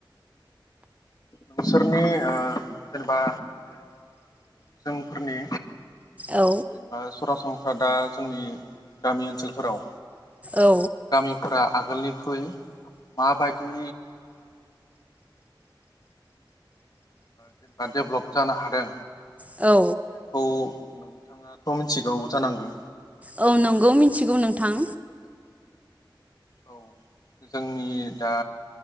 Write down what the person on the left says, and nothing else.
नोंसोरनि ओ जेनेबा जोंफोरनि
जेनेबा सरासन दा जोंनि गामि ओनसोलफोराव
गामिफोरा आगोलनिख्रुइ माबायदि जेनेबा डेभलप जानो हादों
बेखौ नोंथाङाथ' मिथिगौ जानांगौ
औ जोंनि दा